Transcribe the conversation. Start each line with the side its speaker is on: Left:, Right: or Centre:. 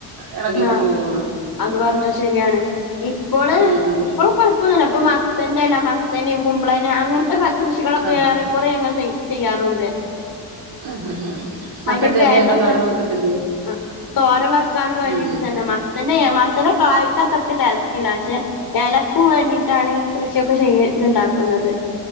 Right: എളക്കിക്കൊണ്ട്
Left: ആഹ്
Right: പോകുന്ന്
Left: അത് പർഞ്ഞത് ശരിയാണ് ഇപ്പോള്
Right: ഉം
Left: ഇപ്പോള് കൊഴ് ഇപ്പൊന്നില്ല ഇപ്പം മത്തൻ്റെ അല്ല മത്തന് കുമ്പളന് അങ്ങനത്തെ ക കൃഷികളൊക്കെ
Right: ആഹ്
Left: ഏറെ കൊറേ ഞങ്ങൾ ചെയ് ചെയ്യാറുണ്ട്
Right: ആഹ് ആഹ് ആഹ്
Left: അയിന്റെ
Right: മത്തന്റെ
Left: ഗ്രാനെന്താ
Right: എലയൊക്കെ തോരൻ വെക്കത്തില്ലേ
Left: ആഹ് തോര വെക്കാനും വേണ്ടി
Right: ഉം
Left: ഇത് തന്നെ മത്തന്റെ മത്തന് കായ്ക്കാത്രക്ക് ടേസ്റ്റില്ല പക്ഷേ ഏലക്കും വേണ്ടിയിട്ടാണ് ഈ കൃഷിയൊക്കെ ചെയ്യ് ഇതുണ്ടാക്കുന്നത്